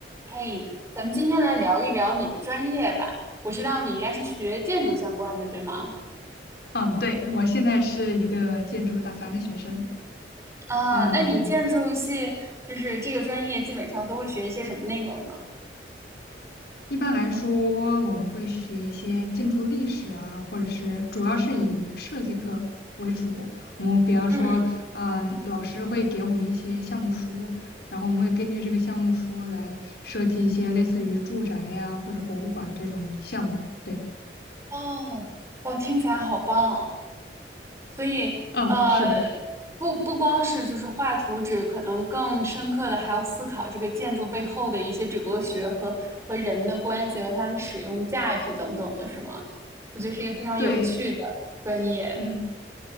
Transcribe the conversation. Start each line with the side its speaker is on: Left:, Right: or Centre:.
Right: 嘿，咱们今天来聊一聊你的专业吧。我知道你应该是学建筑相关的，对吗？
Left: 嗯，对，我现在是一个建筑大三的学生。
Right: 啊，
Left: 嗯，
Right: 那你们建筑系就是这个专业，基本上都会学一些什么内容呢？
Left: 一般来说，我们会学一些建筑历史啊，或者是主要是以设计课为主。我们比方说，
Right: 嗯，
Left: 嗯，老师会给我们一些项目书，然后我们会根据这个项目书来设计一些类似于住宅呀、或者博物馆这种项目。对，
Right: 哦，哇，听起来好棒。所以，
Left: 嗯，
Right: 呃，
Left: 是的，
Right: 不不光是就是画图纸，可能更深刻的还要思考这个建筑背后的一些哲学和和人的关系和它的使用价值等等的，是吗？我觉得是一个非常有趣的专业。
Left: 对。嗯。